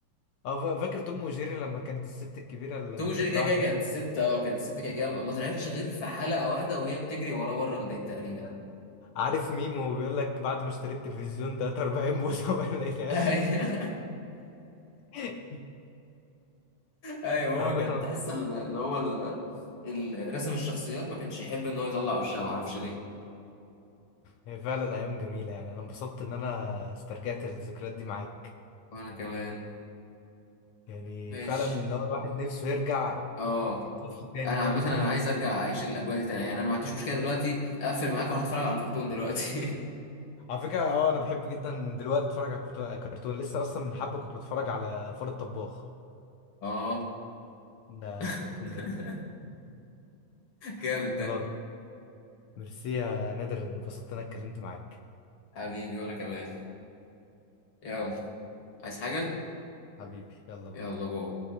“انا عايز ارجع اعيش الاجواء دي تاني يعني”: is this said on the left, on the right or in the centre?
Left